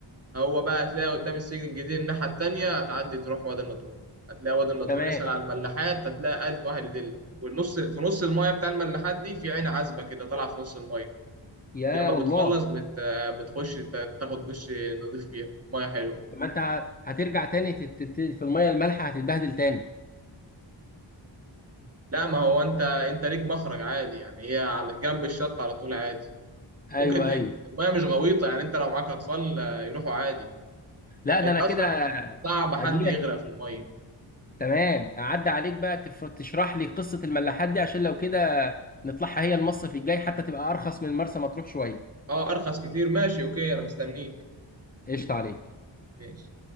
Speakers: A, on the right; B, on the left.
A: هو بقى هتلاقي قدام السجن الجديد الناحية التانية هتعدي تروح وادي النطرون هتلاقي وادي النطرون
B: تمام
A: يسأل على الملاحات هتلاقي ألف واحد يدلك والنص في نص المايه بتاع الملاحات دي في عين عذبة كده طالعة في نص المايه
B: يا
A: دي أما
B: والله
A: بتخلص بت... بتخش ت- تاخد دش نضيف فيها مية حلوة
B: طب ما انت ه- هترجع تاني تت- تت- في الميه المالحه هتتبهدل تاني
A: لا ما هو أنت أنت ليك مخرج عادي يعني هي على جنب الشط على طول عادي
B: ايوه
A: ممكن
B: ايوه
A: المايه مش غويطة يعني أنت لو معاك أطفال آه، يروحوا عادي
B: لا ده
A: أنت
B: انا
A: أصلا
B: كده
A: صعب حد
B: هجي
A: يغرق
B: لك
A: في المايه
B: تمام اعدي عليك بقى تف- تشرح لي قصه الملاحات دي عشان لو كده نطلعها هي المصيف الجاي حتى تبقى ارخص من مرسى مطروح شويه
A: أه أرخص كتير ماشي أوكي أنا مستنيك
B: قشطه عليك
A: ماشي